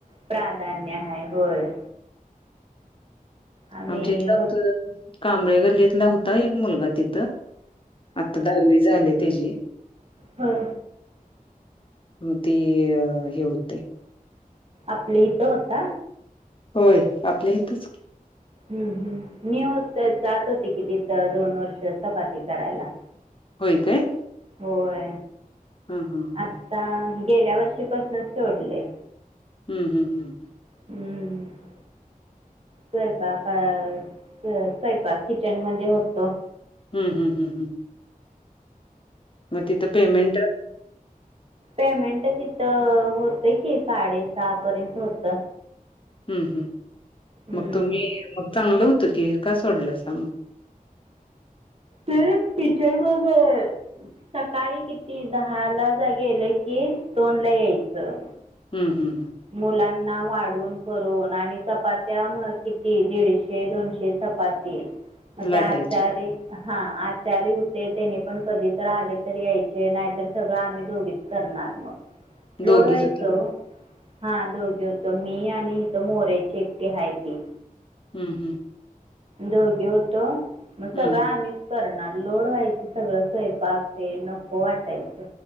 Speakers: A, on the right; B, on the left.
A: प्राधान्य हाय होय आम्ही
B: आमच्या इथलं
A: हो
B: होत कांबळे गल्लीतला होता एक मुलगा तिथं. आता दहावी झाले त्याची.
A: हां
B: म ते अ हे होतय.
A: आपलं इथ होता?
B: होय आपल्या इथंच
A: हम्म हम्म मी होतं जात होते कि तिथं दोन वर्ष चपाती करायला.
B: होय काय?
A: होय
B: हां हां हां
A: आत्ता गेल्या वर्षी पासनचं सोडलय.
B: हम्म हम्म
A: हम्म स्वयंपाका स स्वयंपाक किचन मध्ये होतो.
B: हम्म हम्म हम्म हं मग तिथं पेमेंट
A: पेमेंट तिथं होतं कि साडेसहा पर्यंत होत.
B: हम्म हम्म
A: हम्म
B: मग तुम्ही मग चांगलं हो त की का सोडलंसा मग?
A: तर टीचर <unintelligible> सकाळी किती दहाला जा गेलं कि दोनला यायचं.
B: हं हं
A: मुला ना वाढून करून आणि चपात्या म किती दीडशे दोनशे चपाती.
B: हं
A: मग
B: लाटायचे
A: ते आचारी हा आचारी होते त्याने पण कधी तर आले तर यायचे नाहीतर सगळं आम्ही दोघीच करणार लोड
B: दोघीच
A: व्हायचं
B: होता
A: हो. हां दोघी होतो मी आणि इथं मोरेची एकती हायती.
B: हम्म हम्म
A: दोघे होतो मग
B: हं
A: सगळं आम्हीच करणार. लोड व्हायचं सगळं स्वयंपाक ते नको वाटायचं